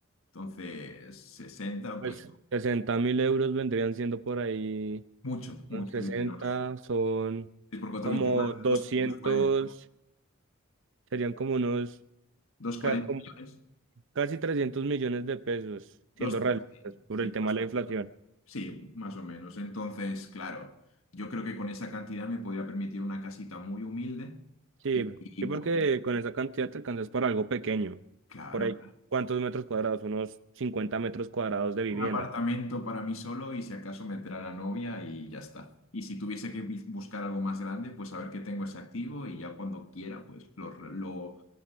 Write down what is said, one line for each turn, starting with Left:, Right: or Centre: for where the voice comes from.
Left: Entonces, sesenta
Right: Pues
Left: pues
Right: sesenta mil euros vendrían siendo por ahí.
Left: mucho, mucho
Right: son 60
Left: dinero.
Right: son
Left: Es por cuatro,
Right: como
Left: veinticuatro,
Right: doscientos
Left: doscientos cuarenta
Right: serían como unos
Left: 240,
Right: ca- como
Left: cuarenta millones.
Right: casi 300 millones de pesos,
Left: 200,
Right: siendo realistas,
Left: sí,
Right: por
Left: sí.
Right: el tema de la inflación.
Left: Sí, más o menos. Entonces, claro, yo creo que con esa cantidad me podría permitir una casita muy humilde
Right: Sí,
Left: y, y
Right: sí,
Left: pues,
Right: porque con esa cantidad te alcanzas para algo pequeño.
Left: claro,
Right: Por ahí, ¿cuántos metros cuadrados? Unos 50 metros cuadrados de vivienda,
Left: un apartamento para mí solo y si acaso meter a la novia y ya está. Y si tuviese que bi- buscar algo más grande, pues saber que tengo ese activo y ya cuando quiera, pues lo, lo